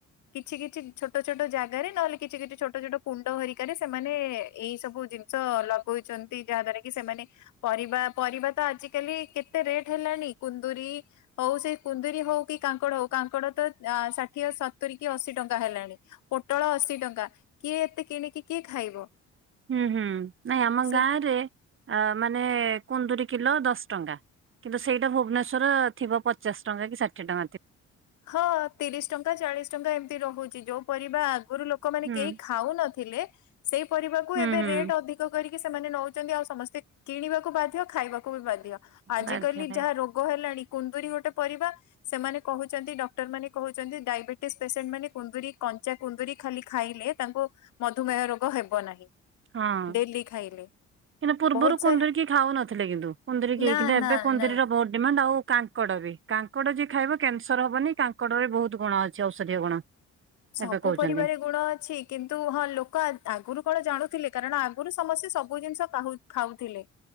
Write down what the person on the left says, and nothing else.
କିଛି କିଛି ଛୋଟ ଛୋଟ ଜାଗାରେ ନହେଲେ କିଛି କିଛି ଛୋଟ ଛୋଟ କୁଣ୍ଡ ହେରକାରେ ସେମାନେ ଏଇ ସବୁ ଲଗଉଛନ୍ତି ଯାହା ଦ୍ଵାରା କି ସେମାନେ ପରିବା ପରିବା ତ ଆଜିକାଲି କେତେ ରେଟ ହେଲାଣି କୁନ୍ଦୁରି ହଉ ସେ କୁନ୍ଦୁରି ହଉ କି କାଙ୍କଡ ହଉ କାଙ୍କଡ ତ ଷାଠିଏ ସତୁରି କି ଅଶୀ ଟଙ୍କା ହେଲାଣି। ପୋଟଳ ଅଶି ଟଙ୍କା କିଏ ଏତେ କିଣିକି କିଏ ଖାଇବ।
ସେଇ
ହଁ ତିରିଶ ଟଙ୍କା ଚାଳିଶ ଟଙ୍କା ଏମିତି ରହୁଛି ଯୋଉଁ ପରିବା ଆଗରୁ ଲୋକମାନେ
କେହି ଖାଉନଥିଲେ ସେଇ ପରିବାକୁ
ଏବେ
ରେଟ୍ ଅଧିକ କରିକି ସେମାନେ ନଉଛନ୍ତି ଆଉ ସମସ୍ତେ କିଣିବାକୁ ବାଧ୍ୟ ଖାଇବାକୁ ବାଧ୍ୟ ଆଜିିକାଲି
ଯାହା ରୋଗ ହେଲାଣି କୁନ୍ଦୁରି ଗୋଟେ ପରିବା ସେମାନେ କହୁ ଡଟର ମାନେ କହୁଛନ୍ତି ଡାଇବେଟିସ ପେସେଣ୍ଟ ମାନେ କୁନ୍ଦୁରି କଞ୍ଚା କୁନ୍ଦୁରି ଖାଲି ଖାଇଲେ ତାଙ୍କୁ ମଧୁମେହ ରୋଗ ହେବ ନାହିଁ
ଡେଲି ଖାଇଲେ।
ବହୁତ
ସାରା
ନା
ନା
ନା
ସବୁ
ପରିବା ରେ ଗୁଣ ଅଛି। କିନ୍ତୁ ହଁ ଲୋକ ଆଗରୁ କଣ ଜାଣୁଥିଲେ କାରଣ ଆଗରୁ ସମସ୍ତେ ସବୁ ଜିନିଷ କ ଖାଉଥିଲେ।